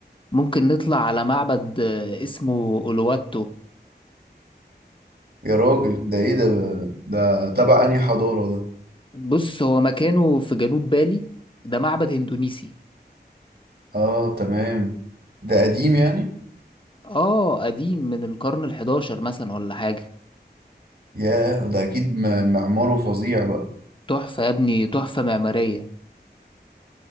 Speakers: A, on the left; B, on the right.
A: ممكن نطلع على معبد آه، اسمه أولواتو
B: يا راجل ده إيه ده ده تبع أنهي حضارة ده
A: بص هو مكانه في جنوب بالي ده معبد اندونيسي
B: اه تمام ده قديم يعني
A: اه قديم من القرن الحداشر مثلا ولا حاجة
B: ياه ده اكيد م- معماره فظيع بقى
A: تحفة يا ابني تحفة معمارية